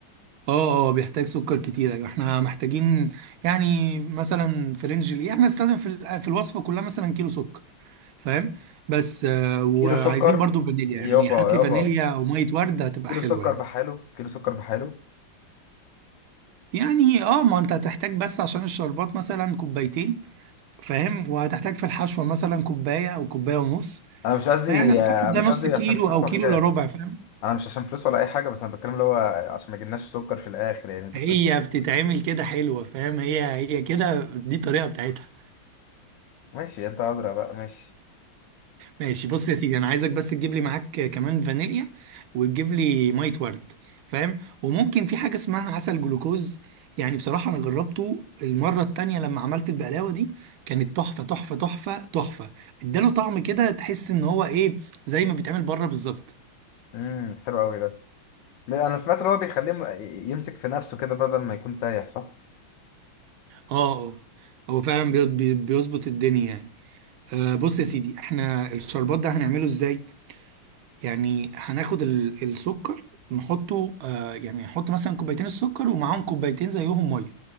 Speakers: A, on the right; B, on the left.
A: اه اه بيحتاج سكر كتير ايوه احنا محتاجين يعني مثلا في رينج ايه احنا نستخدم في ال- آه، في الوصفة كلها مثلا كيلو سكر فاهم بس آه، وعايزين
B: كيلو سكر
A: برضو فانيليا
B: يابا
A: يعني هات
B: يابا
A: لي فانيليا او ميه ورد هتبقى
B: كيلو
A: حلوه
B: سكر
A: يعني
B: بحاله كيلو سكر بحاله
A: يعني اه ما انت هتحتاج بس عشان الشربات مثلا كوبايتين فاهم وهتحتاج في الحشوه مثلا كوبايه او كوبايه ونص
B: انا مش قصدي
A: فيعني اعتقد
B: آه،
A: ده
B: مش
A: نص
B: قصدي
A: كيلو
B: عشان فلوس
A: او
B: ولا
A: كيلو
B: حاجة
A: الا ربع فاهم
B: انا مش عشان فلوس ولا اي حاجة بس انا بتكلم اللي هو عشان ما يجيلناش سكر في الاخر يعني انت
A: هي
B: بتقول
A: بتتعمل كده حلوه فاهم هي هي كده دي الطريقه بتاعتها
B: ماشي يد عذرا بقى ماشي
A: ماشي بص يا سيدي انا عايزك بس تجيب لي معاك كمان فانيليا وتجيب لي ميه ورد فاهم وممكن في حاجه اسمها عسل جلوكوز يعني بصراحه انا جربته المره التانية لما عملت البقلاوه دي كانت تحفه تحفه تحفه تحفه اداله طعم كده تحس ان هو ايه زي ما بيتعمل بره بالظبط
B: امم حلو قوي ده لا، انا سمعت ان هو بيخليه م- يمسك في نفسه كده بدل ما يكون سايح صح
A: اه اه هو فعلا بي- بي- بيظبط الدنيا يعني آه بص يا سيدي احنا الشربات ده هنعمله ازاي يعني هناخد ال- السكر نحطه آه يعني نحط مثلا كوبايتين السكر ومعاهم كوبايتين زيهم ميه